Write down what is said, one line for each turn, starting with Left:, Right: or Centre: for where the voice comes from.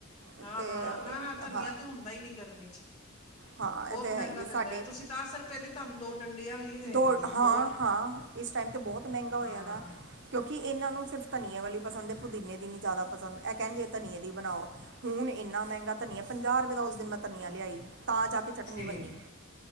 Right: ਅਤੇ
Left: ਹਾਂ ਹਾਂ ਨਾ ਨਾ ਧਨੀਆ
Right: ਹਾਂ
Left: ਤੇ ਹੁੰਦਾ ਨਈ, ਗਰਮੀ ਚ
Right: ਹਾਂ
Left: ਬਹੁਤ
Right: ਇਹ ਤੇ
Left: ਮਹਿੰਗਾ
Right: ਹੈ ਏ
Left: ਦਿੰਦੇ
Right: ਸਾਡੇ
Left: ਨੇ ਤੁਸੀਂ ਦਸ ਰੁਪਏ ਦੀ ਤੁਹਾਨੂੰ ਦੋ ਡੰਡੀਆਂ ਵੀ ਨੀ ਦੇਣਗੇ
Right: ਤੋਂੜ ਹਾਂ
Left: ਦੋ
Right: ਹਾਂ ਇਸ ਟਾਈਮ, ਤੇ ਬਹੁਤ ਮਹਿੰਗਾ ਹੋਇਆ
Left: ਹਾਂ
Right: ਦਾ ਕਿਉਂਕਿ, ਇਹਨਾਂ ਨੂੰ ਸਿਰਫ਼ ਧਨੀਏ ਵਾਲੀ ਪਸੰਦ, ਪੁਦੀਨੇ ਦੀ ਨਹੀ, ਜ਼ਿਆਦਾ ਪਸੰਦ ਕਹਿਣਗੇ ਧਨੀਏ ਦੀ ਬਣਾਓ, ਹੁਣ ਇੰਨਾ ਮਹਿੰਗਾ ਧਨੀਆ ਪੰਜਾਹ ਰੁਪਏ ਦਾ, ਉਸ ਦਿਨ ਮੈਂ ਧਨੀਆ
Left: ਹਾਂ,
Right: ਲਿਆਈ ਤਾਂ, ਜਾ ਕੇ ਚਟਨੀ
Left: ਠੀਕ
Right: ਬੰਨੀ